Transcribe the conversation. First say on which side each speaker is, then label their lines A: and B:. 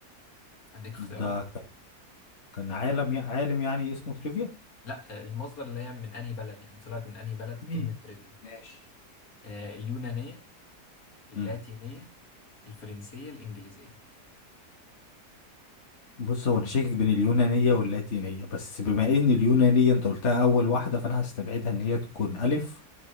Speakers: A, on the left; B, on the left.
A: اديك اختيارات
B: ده ك- كان عالم عالم يعني اسمه تريفيا
A: لا المصدر اللي هي من انهي بلد يعني طلعت من انهي بلد
B: امم
A: كلمه تريفيا
B: ماشي
A: آه، اليونانيه اللاتينيه
B: امم
A: الفرنسيه الانجليزيه
B: بص هو انا شاكك بين اليونانيه واللاتينيه بس بما ان اليونانيه انت قلتها اول واحده فانا هستبعدها ان هي تكون الف